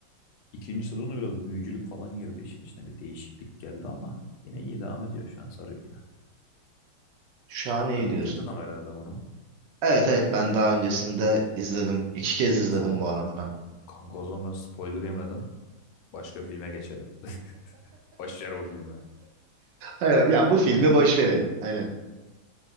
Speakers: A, on the left; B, on the right.
A: İkinci sezonda biraz büyücülük falan girdi işin içine. Bir değişiklik geldi ama yine iyi devam ediyor şu an sarıyor yine.
B: Şu an iyi
A: Sen
B: diyorsun.
A: bitirdin ama herhalde bunu.
B: Evet evet ben daha öncesinde izledim. İki kez izledim
A: Oo,
B: bu arada ben.
A: kanka o zaman ben spoiler yemeden başka filme geçelim. <laughs> Başlar bu filme.
B: Evet, ya bu filmi boş verelim. Aynen.